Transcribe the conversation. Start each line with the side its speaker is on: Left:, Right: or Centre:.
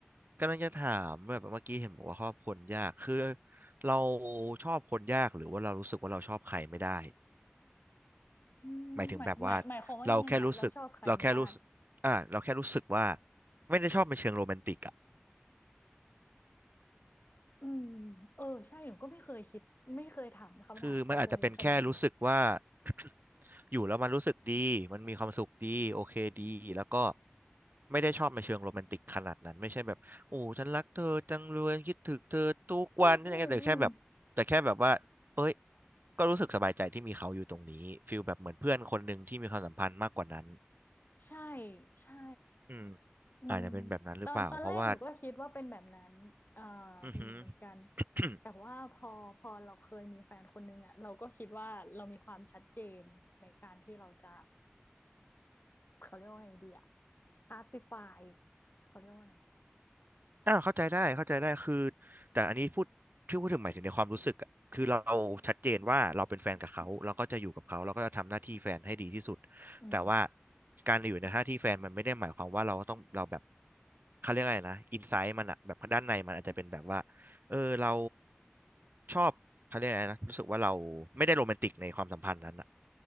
Right: กำลังจะถามแบบเมื่อกี้เห็นบอกว่าชอบคนยากคือเราชอบคนยากหรือว่าเรารู้สึกว่าเราชอบใครไม่ได้
Left: อืมหมายหมายหมายความว่ายังไงอะเราชอบใครไม่ได้
Right: หมายถึงแบบว่าเราแค่รู้สึกเราแค่รู้สึกอ่าเราแค่รู้สึกว่าไม่ได้ชอบในเชิงโรแมนติกอะ
Left: อืมเออใช่หนูก็ไม่เคยคิดไม่เคยถามคำถามกับตัวเองขนาดนี้น
Right: คือมันอาจจะเป็นแค่รู้สึกว่า <coughs> <clears throat> อยู่แล้วมันรู้สึกดีมันมีความสุขดีโอเคดีแล้วก็ไม่ได้ชอบในเชิงโรแมนติกขนาดนั้นไม่ใช่แบบโอ้ฉันรักเธอจังเลยคิดถึงเธอทุกวันนี่ยังไงแต่แค่แบบแต่แค่แบบว่าเอ้ย
Left: อืมอืมอืม
Right: ก็รู้สึกสบายใจที่มีเขาอยู่ตรงนี้ฟีลแบบเหมือนเพื่อนคนหนึ่งที่มีความสัมพันธ์มากกว่านั้น
Left: ใช่ใช่
Right: อืม
Left: อืม
Right: อาจจะเป็นแบบนั้นหรือเปล่าเพราะว่า
Left: ตอนตอนแรกหนูก็คิดว่าเป็นแบบนั้นอ่า
Right: <coughs> อือหือ
Left: เหมือนกัน
Right: <coughs>
Left: แต่ว่าพอพอเราเคยมีแฟนคนนึงอะเราก็คิดว่าเรามีความชัดเจนในการที่เราจะเขาเรียกว่าไงดีอะคลาสสิฟายเขาเรียกว่าไง
Right: อ่าเข้าใจได้เข้าใจได้คือแต่อันนี้พูดที่พูดถึงหมายถึงในความรู้สึกอะคือเราชัดเจนว่าเราเป็นแฟนกับเขาเราก็จะอยู่กับเขาเราก็จะทำหน้าที่แฟนให้ดีที่สุด
Left: อืม
Right: แต่ว่าการอยู่ในหน้าที่แฟนมันไม่ได้หมายความว่าเราต้องเราแบบเขาเรียกอะไรนะอินไซต์มันอะแบบด้านในมันอาจจะเป็นแบบว่าเออเราชอบเขาเรียกอะไรนะรู้สึกว่าเราไม่ได้โรแมนติกในความสัมพันธ์นั้นอะ